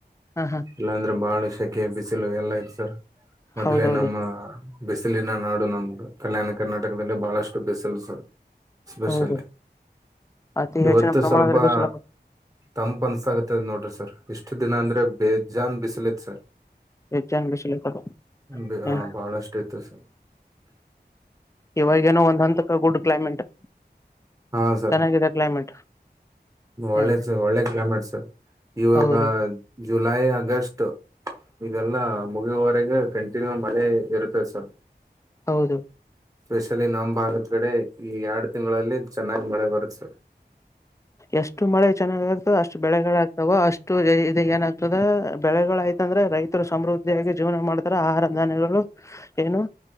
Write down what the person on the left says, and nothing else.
ಹಾ ಹಾ
ಹೌದೌದು
ಹೌದು ಅತಿ
ಹೆಚ್ಚಿನ ಪ್ರಮಾಣದಲ್ಲಿ
ಬಿಸಿಲಪ್ಪ
ಹೆಚ್ಚನ್ ಬಿಸಿಲಪ್ಪ
ಹ್ಮ್
ಇವಾಗೇನೋ ಒಂದ ಹಂತಕ ಗುಡ್ ಕ್ಲೈಮೇಟ್
ಚೆನ್ನಾಗಿದೆ ಕ್ಲೈಮೇಟ್ ಹ್ಮ್
ಹೌದು
ಹೌದು
ಎಷ್ಟು ಮಳೆ ಚೆನ್ನಾಗ ಆಗುತ್ತೋ ಅಷ್ಟು ಬೆಳೆಗಳಾಗ್ತಾವ ಅಷ್ಟ್ ಟು ಇದ ಏನಾಗ್ತದ ಬೆಳೆಗಳು ಆಯ್ತಂದ್ರೆ ರೈತರು ಸಮೃದ್ಧಿಯಾಗಿ ಜೀವನ ಮಾಡ್ತಾರ ಆಹಾರ ಧನ್ಯಗಳು ಹ್ಹ ಏನು